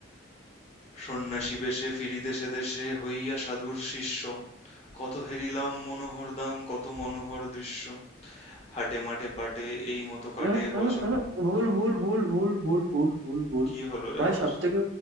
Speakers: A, on the left (about 35°); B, on the right (about 80°).
A: সন্ন্যাসী বেশে ফিরি দেশে দেশে হইয়া সাধুর শিষ্য কত হেরিলাম মনোহর দাম কত মনোহর দৃশ্য হাটে মাটে বাটে এই মতো কাটে
B: উম, উম,
A: বছর
B: উম, ভুল ভুল ভুল ভুল ভুল ভুল ভুল ভুল
A: কি হলো রে
B: ভাই
A: আবার
B: সব থেকে